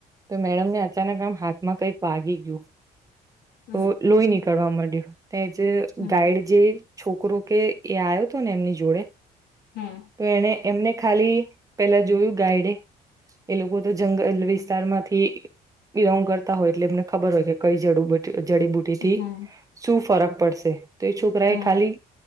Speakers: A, on the right (about 20°); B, on the left (about 85°).
A: તો મેડમને અચાનક આમ હા મા કંઈક વાગી ગયું
B: હમ
A: તો લોહી ની કળવા મડયું તે જે
B: હમ
A: ગાઈડ જે છોકરો કે એ આયો તો ને એમની જોડે
B: હમ
A: તો એને એમને ખાલી પેલા જોયું ગાઈડે એ લોકો તો જંગલ વિ સ્તાર માંથી બીલોંગ ક હોય એટલે એમનેબ હોય, કે કઈઝડું બ જડી બૂટીથી
B: હમ
A: શું ફરક પડશે તો એ છોકરા
B: હમ
A: એ ખાલી